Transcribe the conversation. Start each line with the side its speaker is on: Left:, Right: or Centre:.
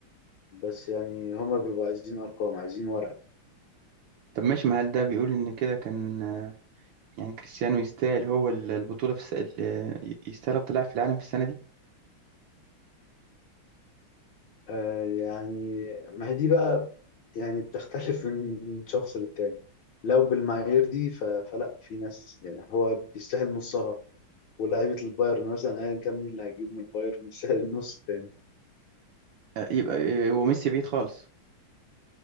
Left: بس يعني هما بيبقوا عايزين أرقام عايزين ورق
Right: طب ماشي ما هل ده بيقول ان كده كان يعني كريستيانو يستاهل هو ال- البطولة في الس... ال- يستاهل أفضل لاعب في العالم في السنة دي
Left: آه، يعني ما هي دي بقى يعني بتختلف <laughs> من شخص للتاني لو بالمعايير دي ف- فلا في ناس يعني هو بيستاهل نصها ولاعيبة البايرن مثلا أيا كان مين اللي هيجيب من البايرن يستاهل النص التاني
Right: آه، يبقى آه، وميسي بعيد خالص